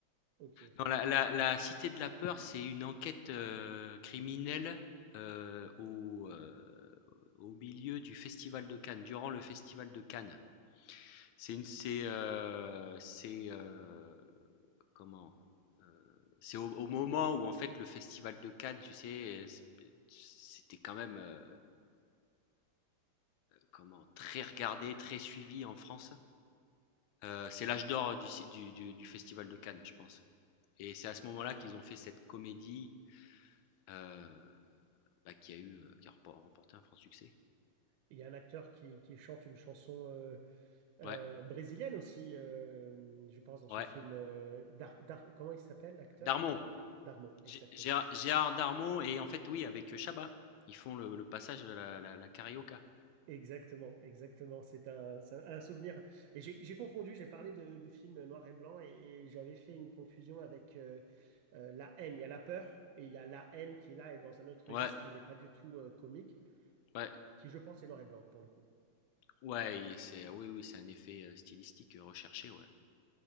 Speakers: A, on the right (about 80°); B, on the left (about 85°).
A: Ok.
B: Non, la la La Cité de la peur, c'est une enquête, heu, criminelle, heu, au, heu, au milieu du festival de Cannes, durant le festival de Cannes. C'est une c'est, heu, c'est, heu comment euh, c'est au, au moment où en fait le festival de Cannes, tu sais, c'était quand même euh, comment très regardé, très suivi en France. Euh, c'est l'âge d'or du, du, du- du festival de Cannes, je pense. Et c'est à ce moment-là qu'ils ont fait cette comédie euh, bah, qui a eu, euh, qui a remporté un franc succès.
A: Il y a un acteur qui, qui chante une chanson. euh, euh,
B: Ouais,
A: brésilienne aussi, euh, je pense, dans ce
B: ouais.
A: film. euh, Dar- Dar- comment il s'appelle, l'acteur?
B: Darmon,
A: Darmon, exactement.
B: Gé- Gérard, Gérard Darmon et en fait oui avec Chabat, ils font le, le passage de la, la, la carioca.
A: Exactement, exactement. C'est un, c'est un souvenir. Et j'ai j'ai confondu, j'ai parlé de, de films noir et blanc et, et j'avais fait une confusion avec euh, euh, La haine. Il y a la peur et il y a la haine qui là est dans un autre registre
B: Ouais,
A: qui n'est pas du tout euh, comique
B: ouais.
A: et qui, je pense, est noir et blanc pour le coup.
B: Ouais et c'est oui, oui, c'est un effet, heu, stylistique, heu, recherché, ouais,